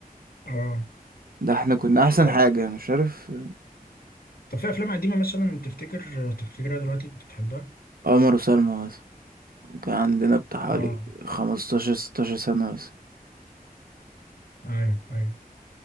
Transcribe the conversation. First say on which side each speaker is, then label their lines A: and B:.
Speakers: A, on the left; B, on the right.
A: اه
B: ده احنا كنا أحسن
A: طب
B: حاجة أنا مش عارف آه،
A: طب في افلام قديمه مثلا تفتكر تفتكرها دلوقتي كنت بتحبها
B: عمر وسلمى كان عندنا بتاع
A: اه
B: حوالي خمستاشر ستاشر سنة بس
A: ايوه ايوه